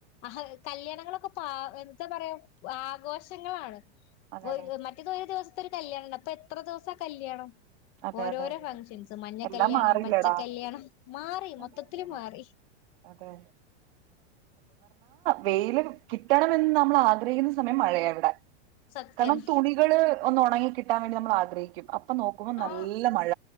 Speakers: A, on the left (about 15°); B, on the right (about 50°).
A: ഹാ കല്യാണങ്ങളൊക്കെ പാ എന്താ പറയാ ആഘോഷ ങ്ങളാണ്
B: അതെ
A: <unintelligible>
B: അതെ
A: മറ്റേത് ഒരു ദിവസ ഇപ്പത്തെ ഒരു കല്യാണമുണ്ട് അപ്പൊ എത്ര ദിവസമാ കല്യാണം
B: അതെ
A: ഓരോരോ
B: അതെ അതെ
A: ഫങ്ക്ഷൻസ് മഞ്ഞ
B: എല്ലാം
A: കല്യാണം
B: മാറില്ലടാ
A: പച്ച കല്യാണം മാറി
B: അതെ
A: മൊത്തത്തില്
B: അതെ
A: മാറി
B: അതെ വെയിലും കിട്ടണമെന്ന് നമ്മൾ ആഗ്രഹിക്കുന്ന സമയം മഴയാ ഇവിടെ
A: സത്യാണ്
B: കാരണം തുണികള് ഒന്ന് ഉണങ്ങി കിട്ടാൻ വേണ്ടി നമ്മൾ ആഗ്രിക്കും അപ്പ ന്നോ നോക്കുമ്പോ നല്ല
A: ആഹ്
B: മഴ